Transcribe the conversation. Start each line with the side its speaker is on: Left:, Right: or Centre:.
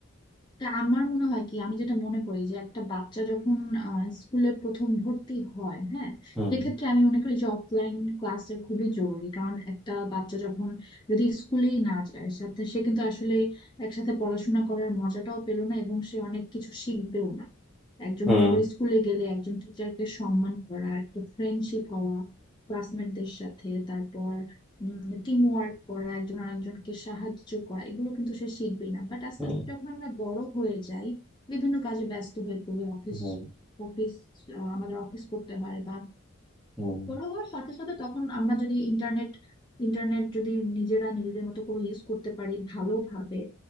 Left: তা আমার মনে হয় কি আমি যেটা মনে করি যে একটা বাচ্চা যখন আহ, স্কুলে প্রথম ভর্তি হয় হ্যাঁ
Centre: হুম
Left: সেক্ষেত্রে আমি মনে করি যে অফলাইন ক্লাসের খুবই জরুরি কারণ একটা বাচ্চা যখন যদি স্কুলেই না যায় সাথে সে কিন্তু আসলে একসাথে পড়াশোনা করার মজাটাও পেলো না এবং সে অনেক কিছু শিখবেও না একজন
Centre: হুম
Left: মনে করি স্কুলে গেলে একজন টিচারকে সম্মান করা একটা ফ্রেন্ডশিপ হওয়া ক্লাসমেটদের সাথে তারপর টিম ওয়ার্ক করা একজন আরেকজনকে সাহায্য করা এগুলো কিন্তু সে শিখবেই না বাট আস্তে
Centre: হুম
Left: আস্তে যখন আমরা বড় হয়ে যাই বিভিন্ন কাজে ব্যস্ত হয়ে পড়ি অফিস
Centre: হুম
Left: অফিস আমাদের অফিস করতে হয় বা
Centre: হুম
Left: বড় হওয়ার সাথে সাথে তখন আমরা যদি ইন্টারনেট ইন্টারনেট যদি নিজেরা নিজেদের মতো করে ইউজ করতে পারি ভালোভাবে